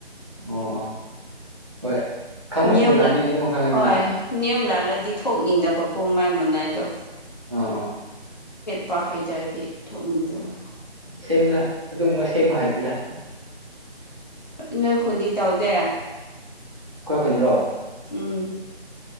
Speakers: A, on the right (about 30°); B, on the left (about 45°).
A: ꯑꯣ ꯑꯣ ꯍꯣꯏ ꯈꯪꯕꯁꯤꯡꯅ
B: ꯌ
A: ꯇꯝꯕꯤꯔꯗꯤ ꯑꯗꯨꯝ ꯈꯪꯉꯅꯤꯗꯅ
B: ꯍꯣꯏ ꯅꯤꯌꯝ ꯂꯥꯜꯂꯗꯤ ꯊꯣꯛꯅꯤꯡꯗꯕ ꯀꯣ ꯃꯥꯏ ꯃꯅꯥꯏꯗꯣ
A: ꯎ ꯑꯥ
B: ꯄꯥ ꯍꯥꯏꯇꯥꯔꯗꯤ ꯊꯣꯛꯅꯤꯡꯗꯕ
A: ꯁꯦꯝ ꯑꯗꯨꯒꯕ ꯁꯦꯝꯃ ꯍꯥꯏꯇꯗ
B: ꯅꯣꯏ ꯈꯨꯟꯗꯤ ꯇꯧꯗꯦ
A: ꯑꯩꯈꯣꯏ ꯈꯨꯟꯔꯣ
B: ꯎꯝ